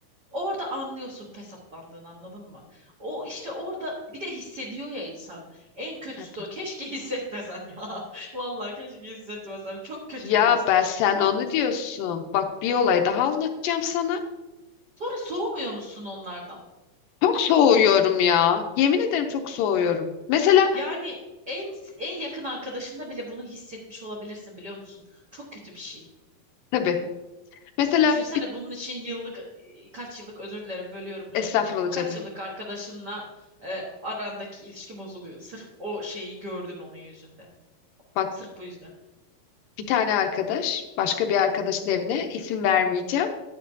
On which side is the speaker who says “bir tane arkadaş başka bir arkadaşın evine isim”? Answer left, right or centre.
Left